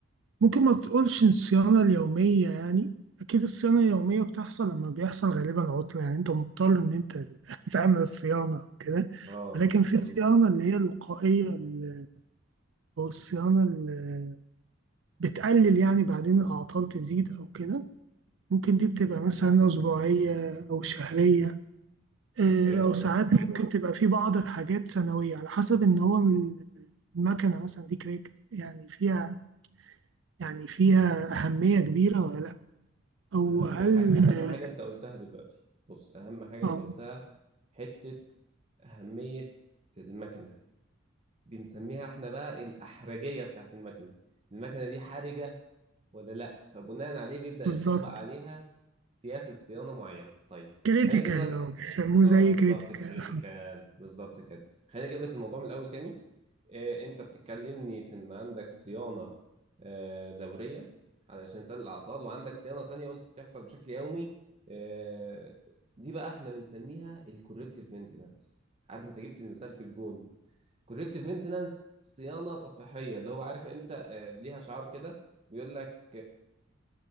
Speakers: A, on the right; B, on the right.
A: ممكن ما تقولش الصيانة اليومية يعني أكيد الصيانة اليومية بتحصل لما بيحصل غالبا عطلة يعني أنت مضطر إن أنت <laughs> تعمل الصيانة أو كده
B: اه
A: ولكن في
B: امم
A: الصيانة اللي هي الوقائية ال- أو الصيانة اللي بتقلل يعني بعدين الأعطال تزيد أو كده ممكن دي بتبقى مثلا أسبوعية أو شهرية آه،
B: حلو
A: أو
B: قوي
A: ساعات ممكن تبقى في بعض الحاجات سنوية على حسب إن هو المكنة مثلا دي كريكت يعني فيها يعني فيها أهمية كبيرة ولا لأ؟ أو
B: اهم
A: هل
B: ح... اهم
A: آه
B: حاجه انت قلتها دلوقتي بص اهم حاجه انت
A: آه،
B: قلتها حته اهميه المكنه بنسميها احنا بقى الاحرجيه بتاعت المكنه المكنه دي حرجه ولا لا فبناء عليه بيبدأ
A: بالظبط
B: يطبق عليها سياسة صيانة معينة طيب
A: كريتيكال
B: خليني اجيب لك
A: اه بيسموه
B: اه
A: زي
B: بالظبط
A: كريتيكال
B: كريتيكال بالظبط كده خليني اجيب لك الموضوع من الاول تاني آه انت بتتكلمني في ان عندك صيانة آه دورية علشان تقلل الاعطال وعندك صيانة تانية قلت بتحصل بشكل يومي آه دي بقى احنا بنسميها الكوركتيف مينتنانس عارف انت جبت المثال في الجون كوركتيف مينتنانس صيانه تصحيحيه اللي هو عارف انت آه، ليها شعار كده بيقول لك